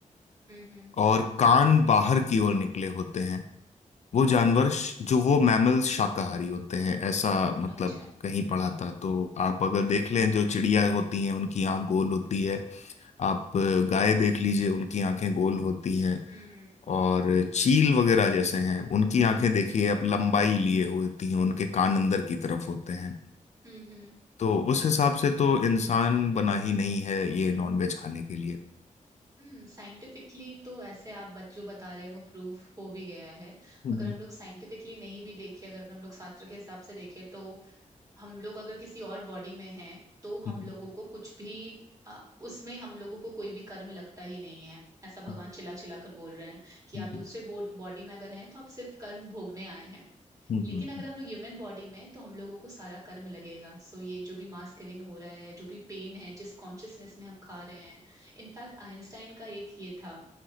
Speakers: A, on the right; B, on the left.
A: हम्म हम्म
B: और कान बाहर की ओर निकले होते हैं वो जानवर
A: हम्म हम्म,
B: श- जो वो मैमल्स शाकाहारी होते हैं ऐसा मतलब
A: अच्छा
B: कहीं पढ़ा था तो आप अगर
A: हम्म
B: देख
A: हम्म
B: लें जो चिड़िया होती हैं उनकी आंख गोल होती है आप गाय देख लीजिए उनकी आंखें गोल होती हैं
A: हम्म
B: और चील वगैरह जैसे हैं उनकी आंखें देखिए
A: हम्म
B: आप लंबाई लिए हुए होती हैं उनके कान अंदर की तरफ होते हैं
A: हम्म हम्म
B: तो उस हिसाब से तो इंसान बना ही नहीं है ये नॉनवेज खाने के लिए
A: हम्म साइंटिफिकली तो ऐसे आप बच जो बता रहे हैं वो प्रूफ हो भी गया है
B: हम्म
A: अगर हम लोग साइंटिफिकली नहीं भी देखें अगर हम लोग शास्त्र के हिसाब से देखें तो हम लोग अगर किसी और बॉडी में हैं तो
B: हम्म,
A: हम लोगों को कुछ भी अ, उसमें हम लोगों को कोई भी कर्म लगता ही नहीं है ऐसा भगवान
B: हम्म,
A: चिल्ला चिल्ला कर बोल रहे हैं कि
B: हम्म,
A: आप दूसरे बॉडी में अगर हैं तो आप सिर्फ कर्म भोगने आए हैं
B: हम्म,
A: लेकिन
B: हम्म,
A: अगर
B: हम्म,
A: हम लोग ह्यूमन बॉडी में हैं, तो हम लोगों को सारा कर्म लगेगा सो ये जो भी मास किलिंग हो रहा है जो भी पेन है जिस कॉन्शियसनेस में हम खा रहे हैं इनफैक्ट आइंस्टाइन का एक ये था